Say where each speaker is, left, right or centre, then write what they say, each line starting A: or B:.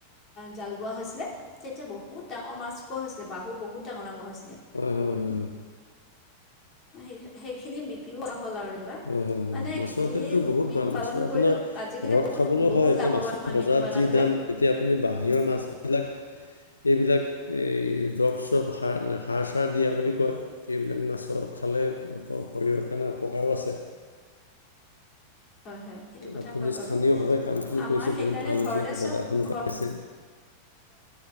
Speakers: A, on the left; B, on the left.
A: জাল বোৱা হৈছিলে তেতিয়া বহুত ডাঙৰ মাছ পোৱা হৈছিলে বাহু বহুত ডাঙৰ ডাঙৰ হৈছিলে।
B: অ হয় হয়।
A: সেই সেইখিনি বিক্ৰীওৱা হ'ল আৰু।
B: হয় হয় হয়
A: মানে
B: মাছৰ
A: খেতি
B: খেতিতো বহুত
A: মীন
B: ভাল মাছৰ
A: পালন
B: আপোনাৰ
A: কৰিও আজিকালি
B: ঘৰত
A: বহুত
B: খাবলৈ
A: বহুত
B: হয় এতিয়া
A: লাভৱান
B: মাছ-
A: হয়
B: বজাৰত
A: মীন পালনটোৱে
B: যি দাম এতিয়া আপুনি বাহিৰৰ মাছবিলাক- এইবিলাক এই দ্ৰব চাপ সাৰ সাৰ চাৰ দিয়া বুলি কয়। এইবিলাক মাছৰ খালে শৰীৰৰ কাৰণে অপকাৰো আছে।
A: হয় হয় সেইটো কথা
B: আপুনি
A: হয় বাৰু,
B: স্থানীয়ভাৱে কামখিনি
A: আমাৰ
B: কৰিছে
A: সেইকাৰণে
B: বহুত ভাল হৈছে
A: ঘৰতে
B: বজাৰখনো
A: চব
B: পাইছে
A: ঘৰ-